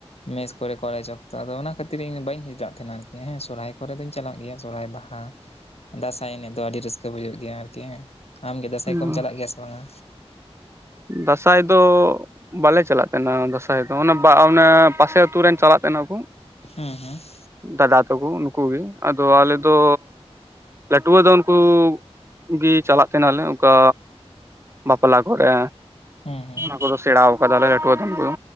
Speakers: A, on the left (about 70°); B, on the right (about 25°).
A: ᱢᱮᱥ ᱠᱚᱨᱮ ᱠᱚᱞᱮᱡᱽ ᱚᱠ ᱛᱚ ᱟᱫᱚ ᱚᱱᱟ ᱠᱷᱟᱹᱛᱤᱨ ᱤᱧ ᱵᱟᱹᱧ ᱦᱤᱞᱟᱜ ᱛᱟᱦᱮᱱᱟ ᱟᱨ ᱠᱤ ᱦᱮᱸ ᱥᱚᱨᱦᱟᱭ ᱠᱚᱨᱮ ᱫᱚᱧ ᱪᱟᱞᱟᱜ ᱜᱮᱭᱟ ᱥᱚᱨᱦᱟᱭ, ᱵᱟᱦᱟ ᱾ ᱫᱟᱸᱥᱟᱭ ᱮᱱᱮᱡ ᱫᱚ ᱟᱹᱰᱤ ᱨᱟᱹᱥᱠᱟᱹ ᱵᱩᱡᱷᱟᱹᱜ ᱜᱮᱭᱟ ᱟᱨᱠᱤ ᱟᱢᱜᱮ ᱫᱟᱸᱥᱟᱭ
B: ᱦᱮᱸ
A: ᱠᱚᱢ ᱪᱟᱞᱟᱜ ᱜᱮᱭᱟ ᱥᱮ ᱵᱟᱝ-ᱟ?
B: ᱫᱟᱸᱥᱟᱭ ᱫᱚ ᱵᱟᱞᱮ ᱪᱟᱞᱟᱜ ᱛᱟᱦᱮᱱᱟ ᱫᱟᱸᱥᱟᱭ ᱫᱚ ᱚᱱᱟ ᱚᱱᱮ ᱯᱟᱥᱮ ᱟᱹᱛᱩ ᱨᱮᱱ ᱪᱟᱞᱟᱜ ᱛᱟᱦᱮᱱᱟ ᱠᱚᱸ ᱾
A: ᱦᱩᱸ ᱦᱩᱸ ᱾
B: ᱫᱟᱫᱟ ᱛᱟᱠᱩ ᱩᱱᱠᱩ ᱜᱤ ᱟᱫᱚ ᱟᱞᱮ ᱫᱚ ᱱᱟᱹᱴᱣᱟᱹ ᱫᱚᱱ ᱠᱩ ᱜᱤ ᱪᱟᱞᱟᱜ ᱛᱟᱦᱮᱱᱟᱞᱮ ᱚᱱᱠᱟ‌ ᱵᱟᱯᱞᱟ ᱠᱚᱨᱮ,
A: ᱦᱩᱸ ᱦᱩᱸ,
B: ᱚᱱᱟ ᱠᱚᱫᱚ ᱥᱮᱬᱟᱣ ᱠᱟᱫᱟᱞᱮ ᱱᱟᱹᱴᱩᱣᱟᱹ ᱫᱚᱱ ᱠᱚᱫᱚ